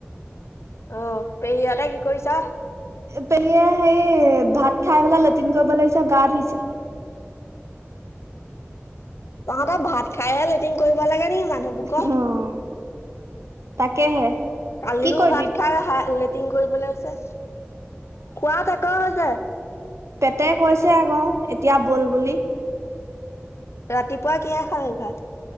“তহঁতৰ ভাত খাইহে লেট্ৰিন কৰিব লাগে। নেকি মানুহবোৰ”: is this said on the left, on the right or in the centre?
Left